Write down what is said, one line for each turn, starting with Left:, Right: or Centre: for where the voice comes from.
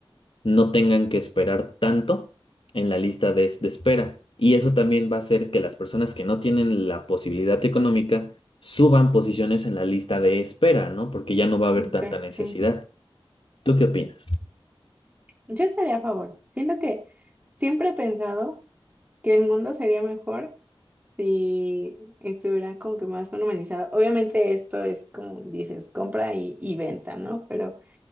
Left: no tengan que esperar tanto en la lista de, de espera. Y eso también va a hacer que las personas que no tienen la posibilidad económica suban posiciones en la lista de espera, ¿no? Porque ya no va a haber
Right: ok,
Left: tanta necesidad.
Right: sí.
Left: ¿Tú qué opinas?
Right: Yo estaría a favor. Siento que siempre he pensado. que el mundo sería mejor si estuviera como que más normalizado. Obviamente esto es como dices, compra y, y venta, ¿no? Pero